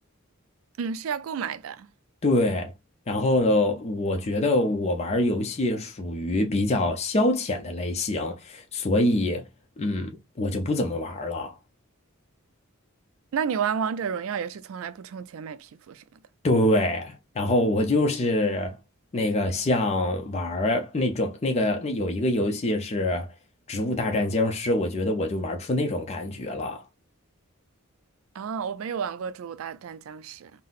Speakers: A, on the right; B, on the left.
A: 嗯，是要购买的。
B: 对。然后呢，我觉得我玩儿游戏属于比较消遣的类型，所以嗯，我就不怎么玩儿了。
A: 那你玩王者荣耀也是从来不充钱买皮肤什么的
B: 对，然后我就是那个像玩儿那种那个那有一个游戏是《植物大战僵尸》，我觉得我就玩出那种感觉了。
A: 啊？我没有玩过《植物大战僵尸》。